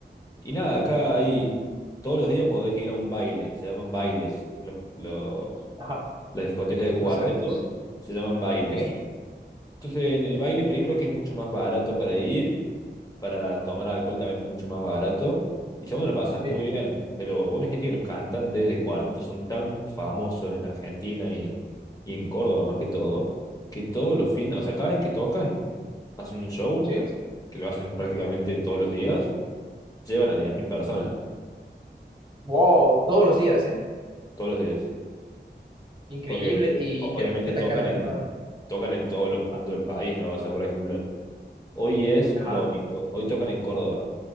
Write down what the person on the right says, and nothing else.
Ajá,
los eventos.
Ok,
sí,
sí.
Wow, todos los días, ¿eh?
Increíble.
¿Y
qué,
qué
tan cara es
la entrada?
Ah,
Ajá.